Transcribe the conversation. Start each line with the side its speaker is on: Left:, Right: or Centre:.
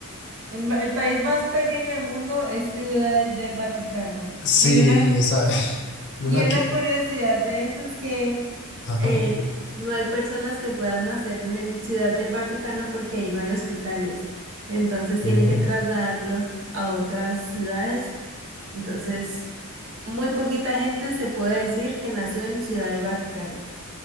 Right: El, ma- el país más pequeño del mundo es Ciudad del Vaticano.
Left: Sí,
Right: Y una,
Left: esa. <laughs> ¿Una
Right: y
Left: aquí?
Right: una curiosidad de eso es que
Left: Ajá.
Right: eh, no hay personas que puedan nacer en, en Ciudad del Vaticano porque ahí no hay hospitales. Entonces tienen
Left: sí.
Right: que trasladarlos a otras ciudades Entonces, muy poquita gente se puede decir que nació en Ciudad del Vaticano.